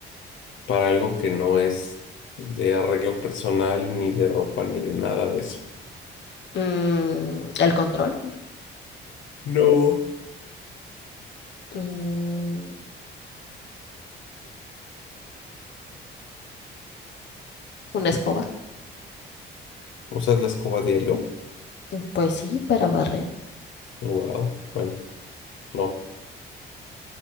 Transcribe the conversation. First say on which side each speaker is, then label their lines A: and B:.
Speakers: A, on the left; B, on the left.
A: para algo que no es de arreglo personal, ni de ropa, ni de nada de eso.
B: Mm, el control,
A: No.
B: Mm, una escoba,
A: ¿Usas la escoba diario?
B: Mm, pues sí, para barrer,
A: Wow. Bueno, no.